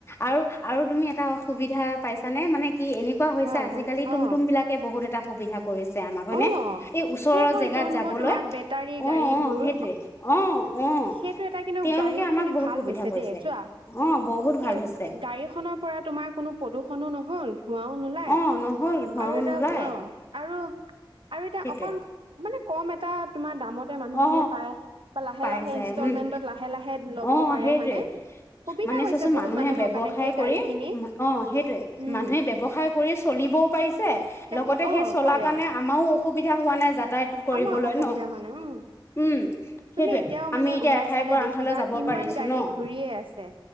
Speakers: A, on the left; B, on the right.
A: আৰু- আৰু তুমি এটা অসুবিধা পাইছানে, মানে কি এনেকুৱা হৈছো
B: হয়
A: আজিকালি
B: অ
A: তুমটুম বিলাক বহুত এটা সুবিধা। কৰিছে আমাক হয়নে,
B: অ
A: এই ওচৰৰ
B: সেইবোৰ
A: জেগাত
B: যোনবোৰ
A: যাবলৈ,
B: তোমাৰ বেটাৰী
A: অ',
B: গাড়ীবোৰ
A: অ', সেইটোৱে অ',। অ',
B: সেইটো এটা কিন্তু
A: তেওঁলোকে
B: গাড়ী
A: আমাক
B: খিনি
A: বহুত
B: ভাল
A: সুবিধা
B: হৈছে
A: কৰিছে।
B: দেই চোৱা
A: অ', বহুত
B: কি
A: ভাল হৈছে।
B: গাড়ীখনৰ পৰা তোমাৰ, কোনো প্ৰদূষণো নহ'ল। ধুৱাও নুলাই,
A: অ নহ'ল ধোঁৱাও
B: আৰু এটা
A: নোলায়
B: অ', আৰু আৰু এটা
A: সেইটোৱে
B: অকন মানে কম এটা তোমাৰ দামতে, মানুহখিনিয়ে
A: অ
B: পায়। বা লাহে
A: পাই
B: লাহে
A: যায়,
B: ইনষ্টলমেন্টত
A: উম',
B: লাহে লাহে ল'ব
A: অ',
B: পাৰে
A: সেইটোৱে।
B: হয়নে? সুবিধা
A: মানে
B: হৈছে
A: চোৱাচোন
B: বহুত
A: মানুহে
B: মানুহৰ
A: ব্যৱসায়
B: কাৰণে সেই
A: কৰি
B: গাড়ী খিনি
A: উম' অ', সেইটোয়ে,
B: উম
A: মানুহে ব্যৱসায় কৰি চলিবও পাৰিছে
B: তাকে
A: লগতে
B: অ
A: সেই চলা
B: পাৰে
A: কাৰণে, আমাৰো অসুবিধা হোৱা নাই, যাতায়ত কৰিবলৈ
B: আমাৰ অসুবিধা
A: ন'।
B: হোৱা উম',।
A: উম
B: তুমি
A: সেইটোয়ে
B: এতিয়াও
A: আমি
B: মানে,
A: এতিয়া
B: ওলাই
A: এঠাইৰ
B: চালে
A: পৰা
B: দেখিবা,
A: আন ঠাইলৈ যাব
B: কিমান
A: পাৰিছো
B: গাড়ী
A: ন
B: ঘূৰিয়ে আছে।